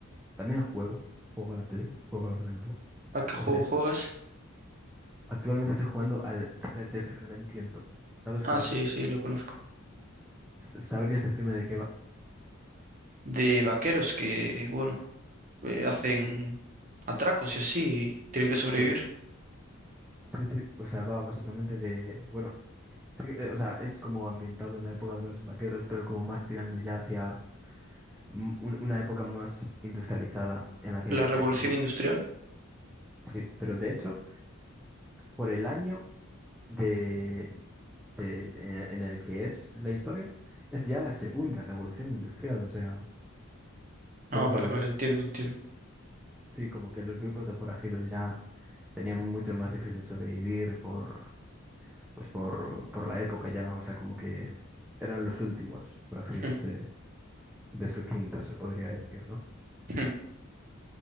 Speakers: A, in the centre; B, on the right (about 35°).
A: También juego, juego a la Play, juego al ordenador.
B: ¿A qué juego
A: O sea,
B: juegas?
A: actualmente estoy jugando al Red Dead Redemption dos ¿Sabes
B: Ah,
A: cuál
B: sí,
A: es?
B: sí, lo conozco.
A: S- ¿Sabrías decirme de qué va?
B: De vaqueros que, bueno, eh, hacen atracos y así, tienen que sobrevivir.
A: Bueno, sí, sí, o sea, va básicamente de, bueno, sí, eh, o sea, es como ambientado en la época de los vaqueros, pero como más tirando ya hacia mm, un- una época más industrializada en la que,
B: La revolución
A: este tipo-
B: industrial.
A: sí, pero de hecho, por el año de, de- de- en el en el que es la historia, es ya la segunda revolución industrial, o sea,
B: Ah,
A: como
B: vale,
A: que los,
B: vale, entiendo, entiendo.
A: Sí, como que los grupos de forajidos ya tenían mucho más difícil sobrevivir por, pues por, por la época ya, o sea, como que eran los últimos forajidos
B: <laughs>
A: de, de su quinta, se podría decir, ¿no?
B: Hmm, hmm.